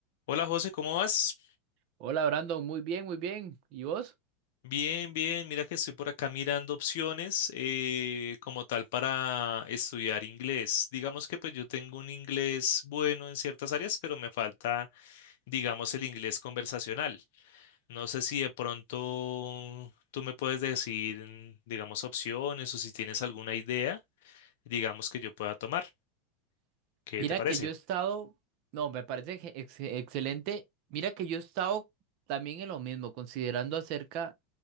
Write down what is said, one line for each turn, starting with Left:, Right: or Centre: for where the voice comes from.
Left: Hola José, ¿cómo vas?
Right: Hola Brandon, muy bien, muy bien. ¿Y vos?
Left: Bien, bien. Mira que estoy por acá mirando opciones eh, como tal para estudiar inglés. Digamos que pues yo tengo un inglés bueno en ciertas áreas, pero me falta, digamos, el inglés conversacional. No sé si de pronto tú me puedes decir, mm, digamos, opciones o si tienes alguna idea, digamos, que yo pueda tomar. ¿Qué
Right: Mira
Left: te parece?
Right: que yo he estado, no, me parece que ex- excelente. Mira que yo he estado también en lo mismo, considerando acerca